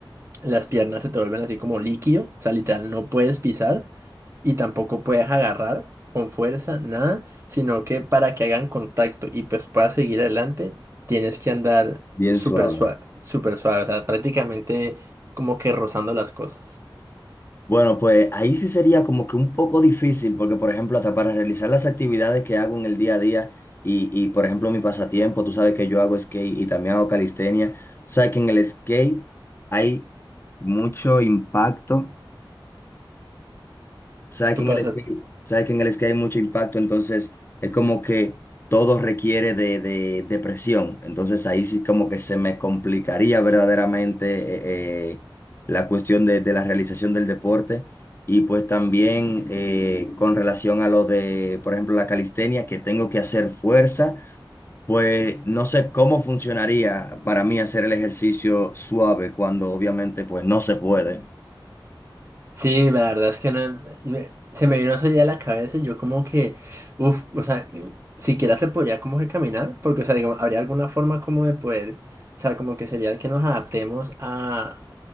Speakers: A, on the right (about 35°); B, on the left (about 30°).
A: las piernas se te vuelven así como líquido, o sea, literal, no puedes pisar y tampoco puedes agarrar con fuerza, nada, sino que para que hagan contacto y pues puedas seguir adelante, tienes que andar
B: bien
A: súper
B: suave.
A: suave, súper suave, o sea, prácticamente como que rozando las cosas.
B: Bueno, pues ahí sí sería como que un poco difícil, porque por ejemplo, hasta para realizar las actividades que hago en el día a día y, y por ejemplo mi pasatiempo, tú sabes que yo hago skate y también hago calistenia, sabes que en el skate hay mucho impacto Sabes
A: ¿Tú
B: que en
A: pasas?
B: el skate, sabes que en el skate hay mucho impacto, entonces es como que todo requiere de, de, de presión. Entonces ahí sí como que se me complicaría verdaderamente eh, eh, la cuestión de, de la realización del deporte. Y pues también eh, con relación a lo de, por ejemplo, la calistenia, que tengo que hacer fuerza, pues no sé cómo funcionaría para mí hacer el ejercicio suave cuando obviamente pues no se puede.
A: Sí, la verdad es que no, eh, me- se me vino eso ya a la cabeza y yo como que, uff, o sea, y- siquiera se podría como que caminar, porque, o sea, digamos, habría alguna forma como de poder, o sea, como que sería que nos adaptemos a